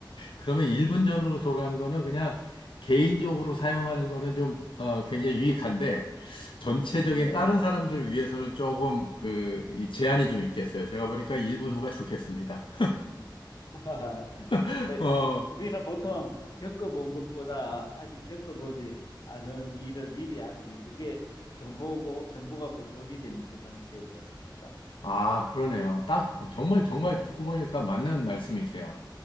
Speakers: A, on the left (about 85°); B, on the left (about 55°).
A: 그러면 1분 전으로 돌아가는 거는 그냥 개인적으로 사용하는 거는 좀 어, 굉장히 유익한데 전체적인
B: 예.
A: 다른 사람들을 위해서는 조금 그 이 제한이 좀 있겠어요. 제가 보니까 1분 후가 좋겠습니다.
B: <laughs>
A: <laughs>
B: 에,
A: 어,
B: 아, 뭐, 뭐, 우리는 보통 겪어본 것보다 아직 겪어보지 않은 일을 미리 아는 게 그게 정보고, 정보가 곧 돈이 되는 세상이 됐지 않습니까?
A: 아, 그러네요. 딱 정말 정말 듣고 보니까 맞는 말씀이세요.